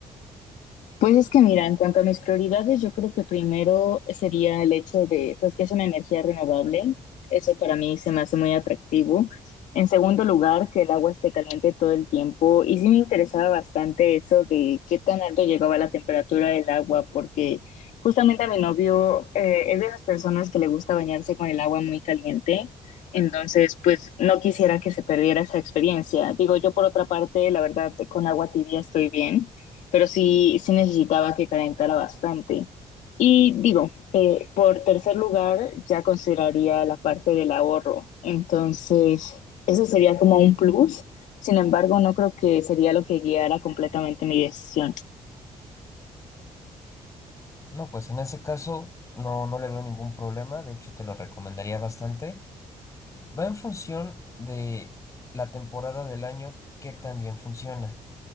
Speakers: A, on the left; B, on the left.
A: Pues es que mira, en cuanto a mis prioridades, yo creo que primero sería el hecho de, pues que es una energía renovable, eso para mí se me hace muy atractivo. En segundo lugar, que el agua esté caliente todo el tiempo y sí me interesaba bastante eso de qué tan alto llegaba la temperatura del agua, porque justamente a mi novio eh, es de esas personas que le gusta bañarse con el agua muy caliente. Entonces, pues no quisiera que se perdiera esa experiencia. Digo, yo por otra parte, la verdad, con agua tibia estoy bien pero sí, sí necesitaba que calentara bastante. Y digo, eh, por tercer lugar, ya consideraría la parte del ahorro. Entonces, eso sería como un plus. Sin embargo, no creo que sería lo que guiara completamente mi decisión.
B: No, pues en ese caso no, no le veo ningún problema, de hecho te lo recomendaría bastante. Va en función de la temporada del año que también funciona.